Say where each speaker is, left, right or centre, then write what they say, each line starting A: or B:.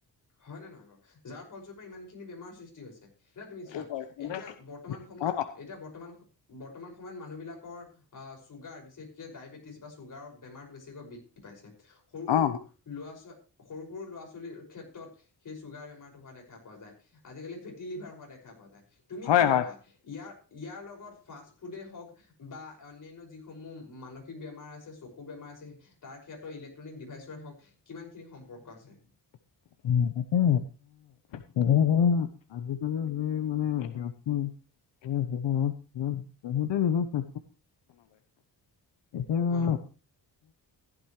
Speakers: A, on the left; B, on the left.
A: হয় নে নহয় বাৰু। যাৰ ফলস্বৰূপে ইমান খিনি বেমাৰ সৃষ্টি হৈছে। সেই তুমি
B: হয়
A: চোৱা এতিয়া বৰ্তমান সময়ত
B: অ
A: এতিয়া বৰ্তমান সম বৰ্তমান সময়ত মানুহ বিলাকৰ আহ ছুগাৰ বিশেষকে ডায়বেটিছ বা ছুগাৰ বেমাৰটো বেছিকৈ বৃদ্ধি পাইছে। সৰু সৰু
B: অ
A: ল'ৰা ছোৱালী সৰু সৰু ল'ৰা ছোৱালীৰ ক্ষেত্ৰত সেই চুগাৰ বেমাৰতটো হোৱা দেখা পোৱা যায়। আজিকালি ফেটি লিভাৰ হোৱা দেখা পোৱা যায়। তুমি
B: হয়
A: কি ভাবা,
B: হয়
A: ইয়াৰ ইয়াৰ লগত ফাৰ্ষ্ট ফুডেই হওঁক বা অন্যান্য যি সমূহ মানসিক বেমাৰ আছে, চকুৰ বেমাৰ আছে, তাৰ ক্ষেত্ৰত ইলেক্ট্ৰনিক ডিভাইচৰে হওঁক কিমান খিনি সম সম্পৰ্ক আছে।
B: উম, তাকে <unintelligible> যি মানে ব্যস্ত জীৱনত বহুতে বুজিছে। এতিয়া
A: হয়।